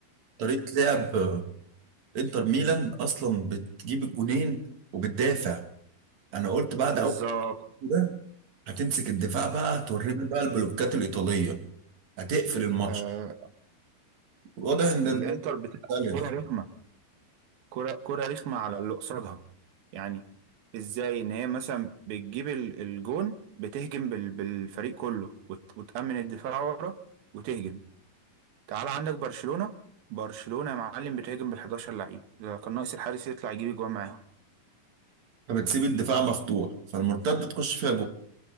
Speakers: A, on the right (about 50°); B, on the right (about 80°).
A: طريقه لعب انتر ميلان اصلا بتجيب الجونين وبتدافع انا قلت بعد
B: بالظبط
A: اول ده هتمسك الدفاع بقى هتورينا بقى البلوكات الايطاليه هتقفل الماتش
B: آه،
A: واضح ان
B: الانتر
A: الموضوع
B: بتلعب
A: مختلف
B: كرة رخمة كرة كرة رخمة على اللي قصادها يعني ازاي ان هي مثلا بتجيب ال- الجون بتهجم بال- بالفريق كله وت- وتأمن الدفاع ورا وتهجم تعال عندك برشلونة برشلونة يا معلم بتهاجم بال 11 لعيب ده كان ناقص الحارس يطلع يجيب اجوان معاهم
A: فبتسيب الدفاع مفتوح فالمرتده تخش فيها جول